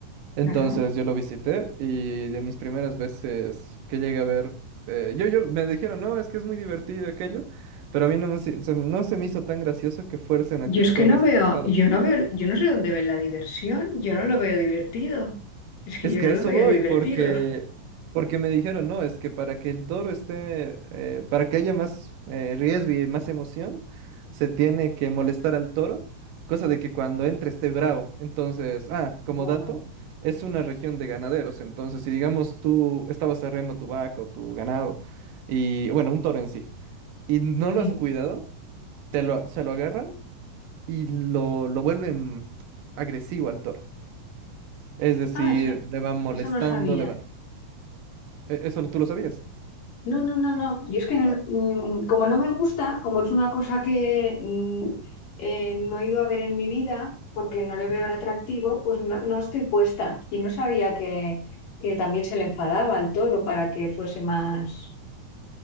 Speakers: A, on the right; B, on the left.
A: Entonces
B: Ajá.
A: yo lo visité y de mis primeras veces que llegué a ver, eh, yo, yo me dijeron, no, es que es muy divertido aquello, pero a mí no me, se, se- no se me hizo tan gracioso que fuercen a
B: Yo
A: que
B: es
A: el toro
B: que no
A: esté
B: veo,
A: enojado.
B: yo no veo, yo no sé dónde ven la diversión, yo no lo veo divertido. Es que
A: Es
B: yo
A: que
B: no
A: a
B: lo
A: eso
B: veo
A: voy,
B: divertido.
A: porque, porque me dijeron, no, es que para que el toro esté, eh, para que haya más eh, riesgo y más emoción, se tiene que molestar al toro, cosa de que cuando entre esté bravo. Entonces, ah,
B: Ya,
A: como dato, es una región de ganaderos. Entonces, si digamos tú estabas arreando tu vaca o tu ganado, y bueno, un toro en sí, y no lo
B: sí.
A: has cuidado, te lo, se lo agarran y lo, lo vuelven agresivo al toro. Es decir,
B: Ah, eso,
A: le van molestando,
B: eso no sabía.
A: le van E- Eso lo- tú lo sabías.
B: No, no, no, no. Yo es que mm,
A: Ah,
B: como no me gusta, como es una cosa que mm, eh, no he ido a ver en mi vida porque no le veo
A: Ujú.
B: el atractivo, pues no, no estoy puesta. Y no sabía que, que también se le enfadaba al toro para que fuese más,